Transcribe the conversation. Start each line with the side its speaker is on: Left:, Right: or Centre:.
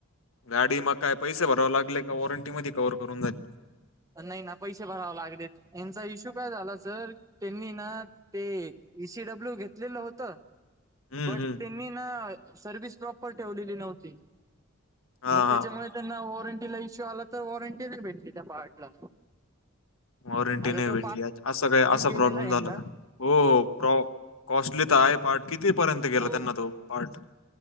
Left: गाडी मग काय पैसे भरावे लागले का? वॉरंटी मध्ये कववर करून जाई.
Right: नाही ना पैसे भरावे लागलेत. यांचा इश्यू काय झाला सर- त्यांनी ना ते इईसीडब्ल्यू घेतलेलं होतं.
Left: हम्म
Right: ब
Left: हम्म.
Right: त्यांनी ना सर्विस प्रॉपर ठेवलेली नव्हती
Left: हा
Right: मग
Left: हा
Right: त्यामुळे, त्यांना वॉरंटीला इश्यू आला तर वॉरंटी नाही भेटली त्या पार्ट ला.
Left: वॉरंटी
Right: आता
Left: नाही
Right: तो
Left: भेटली असं काय असा
Right: गेलेला
Left: प्रॉब्लेम
Right: आहे
Left: झाला
Right: ह्यांला.
Left: का हो प्रॉ- कॉस्टली तर आहे पार्ट किती पर्यंत गला
Right: हो.
Left: त्यांना तो पार्ट-